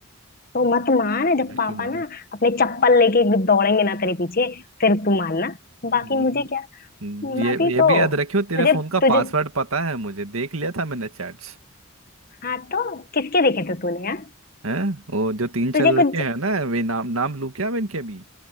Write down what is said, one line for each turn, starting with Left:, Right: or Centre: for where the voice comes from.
Left: तो मत मान जब
Right: मैं
Left: पापा
Right: क्यों मानूं
Left: ना अपने चप्पल लेके एकदम दौड़ेंगे ना तेरे पीछे फिर तू मानना
Right: हम्म,
Left: बाकी मुझे क्या
Right: हम्म,
Left: मैं
Right: ये
Left: भी
Right: ये
Left: तो
Right: भी याद रखियो तेरे
Left: तुझे
Right: फोन का
Left: तुझे
Right: पासवर्ड पता है मुझे देख लिया था मैंने चैट्स
Left: हाँ तो किसके देखे थे तूने हाँ
Right: हैं वो जो तीन चार
Left: तुझे
Right: लड़के
Left: कुछ
Right: हैं ना वे नाम नाम लू क्या मैं इनके भी